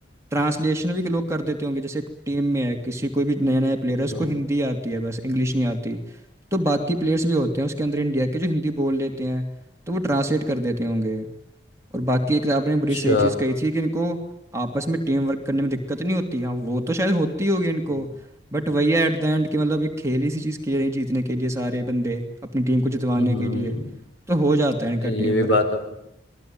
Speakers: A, on the right; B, on the left.
A: ट्रांसलेशन भी लोग कर देते होंगे जैसे एक टीम में है किसी कोई भी नया नया प्लेयर
B: हम्म,
A: है उसको
B: हम्म,
A: हिंदी आती है बस इंग्लिश नहीं आती तो बाकी प्लेयर्स भी होते हैं उसके अंदर इंडिया के जो हिंदी बोल लेते हैं तो वो ट्रांसलेट कर देते होंगे और बाकी एक आपने बड़ी
B: अच्छा
A: सही चीज़ कही थी कि इनको आपस में टीम वर्क करने में दिक्कत नहीं होती हाँ वो तो शायद होती होगी इनको
B: हम्म,
A: बट वही है एट द एंड कि मतलब एक खेल ही सी चीज़ खेल रहे हैं जीतने के लिए सारे बंदे अपनी टीम को जितवाने
B: हम्म,
A: के लिए तो हो जाता है इनका
B: ये
A: टीम
B: भी
A: वर्क
B: बात आप